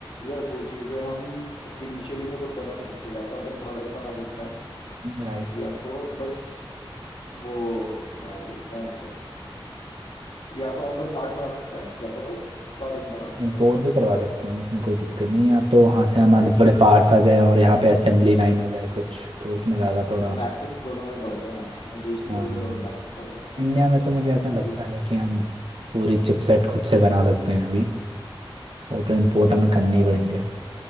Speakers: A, on the left (about 85°); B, on the right (about 75°).
A: यार वो चीजें हम इनिशियली तो खुद बना नहीं सकते या तो अपन प्रोडक्ट बना सकते हैं
B: राइट
A: या तो बस वो क्या बोलते हैं उसे या तो हम बस पार्ट्स बना सकते हैं या तो बस प्रोडक्ट बना सकते
B: इम्पोर्ट
A: हैं
B: भी करवा सकते हैं उसमें कोई दिक्कत नहीं है। या तो वहाँ से हमारे
A: अब
B: थोड़े पार्ट्स आ जाए और यहाँ पे असेंबली लाइन हो जाए कुछ तो उसमें ज़्यादा थोड़ा
A: टैक्सेस दोनों में पड़ते हैं एडिशनल
B: हाँ
A: जो टैक्सेस पड़ रहा है
B: इंडिया
A: आजकल
B: में तो मुझे ऐसा लगता
A: तो इस
B: नहीं कि हम पूरी चिपसेट खुद से बना सकते हैं अभी वो तो इम्पोर्ट हमें करने
A: अ,
B: ही पड़ेंगे